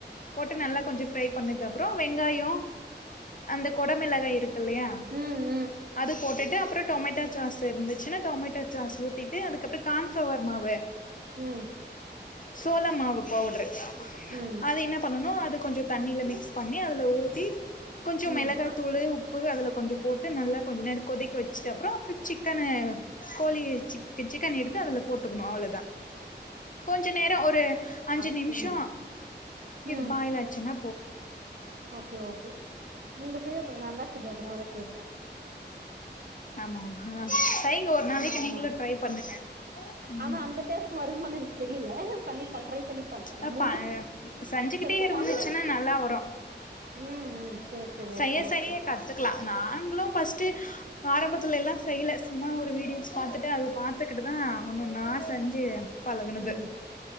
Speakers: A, on the left; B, on the right.
A: போட்டு நல்லா கொஞ்சோ ஃப்ரை பண்ணதுக்கு அப்றோ வெங்காய அந்த கொடமிளகாய் இருக்குல்லையா
B: ம்
A: அது போட்டுட்டு அப்ரோ டொமேட்டா சாஸ் இருந்துச்சுன்னா டொமேட்டோ சாஸ் ஊத்திட்டு அதுக்கப்றோ கார்ன் ஃபுளவர் மாவு
B: ம் ம்
A: சோள மாவு பாவுட்ரு
B: ம்
A: அது என்ன பண்ணனு அது கொஞ்சோ இதுல மிக்ஸ் பண்ணி அதுல ஊத்தி கொஞ்சோ
B: ம்
A: மிளகாய் தூள் உப்பு அதுல கொஞ்சோ போட்டு நல்லா கொஞ்ச நேரோ கொதிக்க வச்சுட்ட அப்றோ அப்ப சிக்கனு கோழி சிக் சிக்கன எடுத்து அதுல போட்டுக்கணு அவ்ளோதா கொஞ்ச நேரோ ஒரு அஞ்சு
B: அப்டிங்களா
A: நிமிஷோ இது
B: ம்
A: பாயிலாச்சுன்னா
B: ஓகே ஓகே நீங்க செய்றது நல்லாக்குது அதுனால கேட்டே
A: ஆமா சைங்க ஒரு நாளைக்கி
B: ஆமா
A: நீங்களு
B: ஆமா
A: ட்ரை பண்ணுங்க ம்
B: ஆனா அந்த டேஸ்ட் வருமான்னு எனக்கு தெரியில பண்ணிப்ப ட்ரை பண்ணி பாக்கே
A: அப்ப
B: முடிஞ்ச
A: செஞ்சிக்கிட்டே
B: அளவுக்கு
A: இருந்துச்சுன்னா
B: பாக்குறே
A: நல்லா வரு
B: ம் ம் சேரி சேரி
A: செய
B: ஓகே ஓகே
A: செய கத்துக்கலா நாங்களு ஃபர்ஸ்ட்டு ஆரம்பத்துலல்லா செய்ல சும்மா ஒரு வீடியோஸ் பாத்துட்டு அத பாத்துக்கிட்டுதா ஒன்னொன்னா செஞ்சு பழகுனது
B: ம்